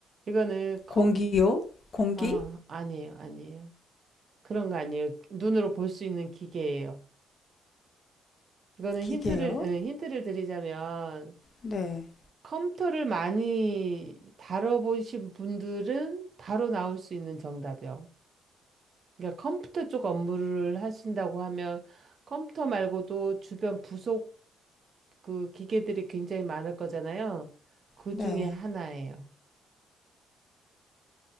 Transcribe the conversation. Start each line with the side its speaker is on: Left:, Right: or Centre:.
Right: 이거는 컴
Left: 공기요? 공기?
Right: 아, 아니에요, 아니에요. 그런 거 아니에요. 눈으로 볼 수 있는 기계예요. 이거는
Left: 기계요?
Right: 힌트를, 에, 힌트를 드리자면,
Left: 네,
Right: 컴퓨터를 많이 다뤄보신 분들은 바로 나올 수 있는 정답이요. 그러니까 컴퓨터 쪽 업무를 하신다고 하면, 컴퓨터 말고도 주변 부속 그 기계들이 굉장히 많을 거잖아요. 그
Left: 네.
Right: 중에 하나예요.